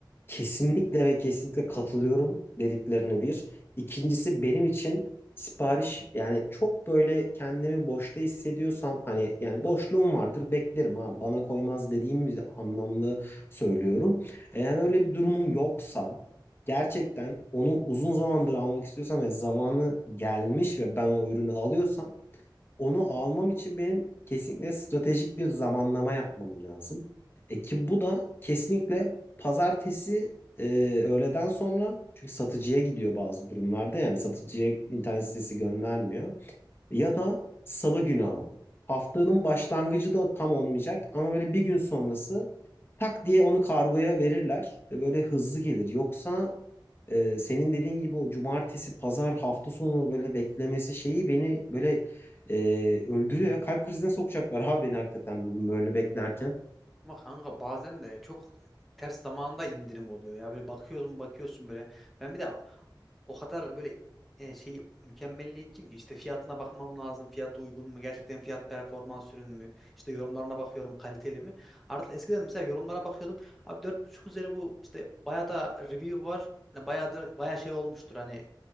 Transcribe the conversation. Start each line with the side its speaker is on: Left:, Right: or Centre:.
Left: kesinlikle ve kesinlikle katılıyorum dediklerine bir. İkincisi benim için sipariş yani çok böyle kendimi boşta hissediyorsam hani yani boşluğum vardır beklerim ha bana koymaz dediğim bir anlamda söylüyorum. Eğer öyle bir durumum yoksa gerçekten onu uzun zamandır almak istiyorsam ve zamanı gelmiş ve ben o ürünü alıyorsam onu almam için benim kesinlikle stratejik bir zamanlama yapmam lazım. E ki bu da kesinlikle pazartesi e, öğleden sonra çünkü satıcıya gidiyor bazı durumlarda yani satıcıya internet sitesi göndermiyor. Ya da salı günü abi. Haftanın başlangıcı da tam olmayacak ama böyle bir gün sonrası tak diye onu kargoya verirler. E, Böyle hızlı gelir. Yoksa e, senin dediğin gibi o cumartesi, pazar, hafta sonu böyle beklemesi şeyi beni böyle e, öldürüyor ya. Kalp krizine sokacaklar abi beni hakikaten bir gün böyle beklerken.
Centre: Ama kanka bazen de çok ters zamanda indirim oluyor ya. Böyle bakıyorsun bakıyorsun böyle. Ben bir de o kadar böyle e, şey mükemmelliyetçiyim ki işte fiyatına bakmam lazım. Fiyatı uygun mu? Gerçekten fiyat performans ürün mü? İşte yorumlarına bakıyorum kaliteli mi? Artık eskiden mesela yorumlara bakıyordum. Abi 4.5 üzeri bu işte bayağı da review var. Hani bayağı da bayağı şey olmuştur hani